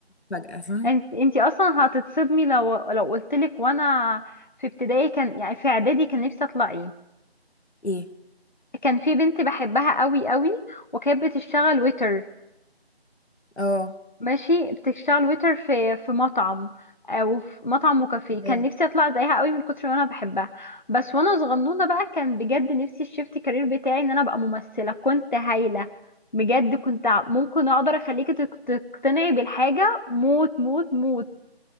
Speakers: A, on the left; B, on the left.
A: فجأة فاهم
B: انت انتي اصلا هتتصدمي لو لو قلتلك وانا في ابتدائي كان يعني في اعدادي كان نفسي اطلع ايه
A: ايه
B: كان في بنت بحبها قوي قوي وكانت بتشتغل ويتر
A: اه
B: ماشي بتشتغل ويتر في في مطعم او في مطعم وكافيه
A: ياه.
B: كان نفسي اطلع زيها قوي من كتر ما انا بحبها بس وانا صغنونه بقى كان بجد نفسي الشيفت كارير بتاعي ان انا ابقى ممثله كنت هايله بجد كنت ع- ممكن اقدر اخليكي تق- تقتنعي بالحاجه موت موت موت